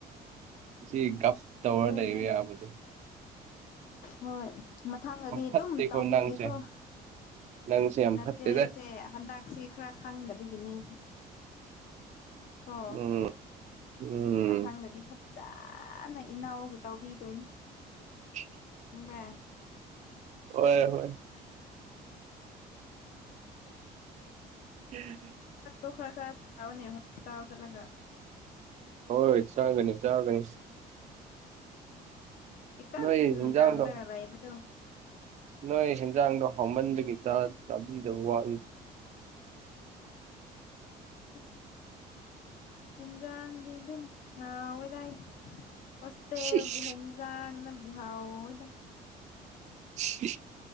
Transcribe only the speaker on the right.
ꯁꯤ ꯇꯧ
ꯇꯕꯗꯨ
ꯐꯠꯇꯦꯀꯣ
ꯅꯪꯁꯦ ꯅꯪꯁꯦ ꯌꯥꯝ
ꯐꯠꯇꯦꯗ
ꯎꯝ ꯎꯝ
<inaudible>
ꯍꯣꯏ ꯍꯣꯏ ꯍꯝ
ꯍꯣꯏ ꯆꯥꯡꯒꯅꯤ ꯆꯥꯒꯅꯤ
ꯅꯣꯏꯣꯏꯖꯗ
ꯅꯣꯏ ꯁꯦꯟꯖꯥꯡꯗꯣ ꯍꯥꯎꯃꯟꯕꯒꯤ ꯆꯥ ꯆꯥꯕꯤꯗꯕ ꯋꯥꯂꯤ <inaudible>
ꯁꯤꯁ
ꯍ